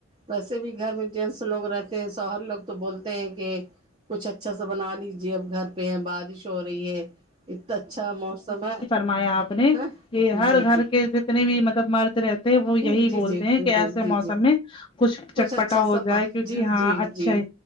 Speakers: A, on the right; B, on the left.
A: ویسے بھی گھر میں جینس لوگ رہتے ہیں شوہر لوگ تو بولتے ہیں کہ کچھ اچھا سا بنا لیجے اب گھر پہ ہیں بارش ہو رہی ہے اتا اچھا موسم ہے
B: فرما یا آپ نے
A: ہاں
B: یہ
A: جی جی
B: ہر گھر کے جتنے بھی مطلب مرد رہتے ہیں وہ
A: جی
B: یہی
A: جی
B: بولتے ہیں کہ ایسے
A: جی
B: موسم
A: جی
B: میں کچھ چٹپٹا
A: اچھا
B: ہو
A: سا
B: جائے
A: ب
B: کیونکہ
A: جی
B: ہاں
A: جی
B: اچھے
A: جی